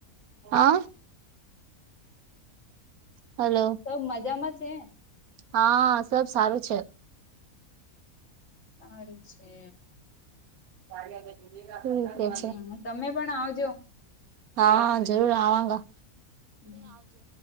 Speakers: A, on the right (about 75°); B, on the left (about 60°).
A: આ હલો
B: સબ મજામાં છે
A: હા, સબ સારું છે.
B: સારું છે.
A: સ આ ઠીક
B: હમ
A: હ છે,
B: તમે પણ આવજો
A: હા જરૂર આવા ગા
B: હ